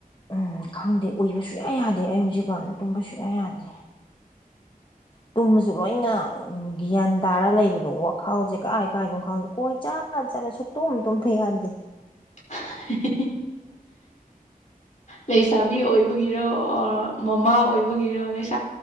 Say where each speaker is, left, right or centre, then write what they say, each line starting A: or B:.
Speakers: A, on the left; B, on the left.
A: ꯎꯝ ꯈꯪꯗꯦ ꯎꯏꯕ ꯁꯨꯨꯌꯥ ꯌꯥꯗꯦ ꯑꯩ ꯍꯧꯖꯤꯛꯀꯥꯟ ꯇꯨꯝꯕ ꯁꯨꯡꯌꯥ ꯌꯥꯗꯦ ꯇꯨꯝꯃꯁꯨ ꯂꯣꯏꯅ ꯒ꯭ꯌꯥꯟ ꯇꯥꯔ ꯂꯩꯕꯗꯣ ꯋꯥꯈꯜꯖꯦ ꯀꯥꯏ ꯀꯥꯏꯗꯣ ꯈꯪꯗꯦ ꯀꯣꯏ ꯆꯥꯠ ꯆꯠ ꯆꯠꯂꯦ ꯁꯨꯛꯇꯨꯝ ꯇꯨꯝꯊꯥ ꯌꯥꯗꯦ
B: <unintelligible> ꯂꯩꯁꯥꯕꯤ ꯑꯣꯏꯕꯒꯤꯔꯣ ꯑꯣꯔ ꯃꯃꯥ ꯑꯣꯏꯕꯒꯤꯔꯣ ꯂꯩꯁꯥ